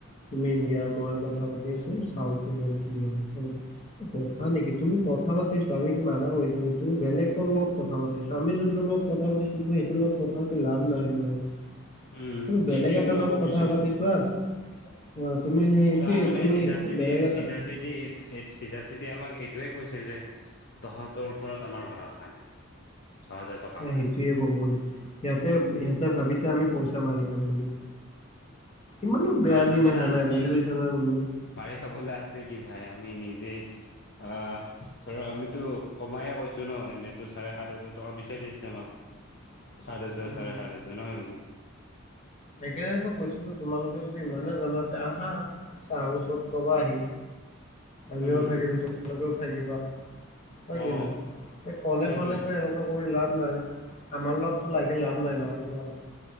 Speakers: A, on the left; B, on the left.
A: তুমি দিয়া মই কথা পাতি আছো, চাওঁ কিমান কি হয়? কথা নেকি, তুমি কথা পাতি চোৱা আমি কি মানা কৰিছো নেকি, তুমি বেলেগৰ লগত কথা পাতি চোৱা, আমি যোনটোলগত কথা পাতিছো তুমি সেইটো লগত কথা পাতি লাভ নাই নহয়।
B: উম,
A: তুমি বেলেগ
B: একে
A: এটা
B: ওলাব
A: লগত কথা
B: পিছত
A: পাতি চোৱা। অ তুমি সেই একে
B: তাৰ মানে
A: তুমি
B: চিধা চিধি
A: বেলেগ এটা
B: <unintelligible> চিধি চিধা চিধি আমাক সেইটোৱে কৈছে যে তহঁতৰ ওপৰত আমাৰ ভৰষা নাই। তহঁতে টকা
A: এ
B: মাৰিবি
A: সেইটোৱে ক'ব খুজিছোঁ। সিহঁতে সিহঁতে ভাবিছে আমি পইচা মাৰি খাম বুলি। ইমানো বেয়া
B: মাৰি খাবলৈ
A: দিন আহা
B: আছে
A: নাই বুজি
B: ন
A: পাইছা না বন্ধু।
B: মাৰি খাবলৈ আছে কি ভাই, আমি নিজে অ ধৰ আমিতো কমায়ে কৈছো ন, এনেইতো চাৰে সাত হাজাৰ টকা বিচাৰি আছে আমাক।
A: <unintelligible>
B: সাতহাজাৰ,
A: উম
B: চাৰে সাতহাজাৰ, নহয় জানো?
A: সেইকাৰণেতো কৈছিলোঁ, তোমালোকে যদি ইমানেই জানা, তে আহা। চাৰৰ ওচৰত কবা আহি, আমিও
B: উম
A: থাকিম তোমালোকেও থাকিবা। হয়
B: অ
A: কি নাই? এই ফনে
B: সেইটোৱে
A: ফনেতো এ তৰ্ক কৰি লাভ নাই, আমাৰ লগততো লাগি লাভ নাই নহয় তোমালোকৰ।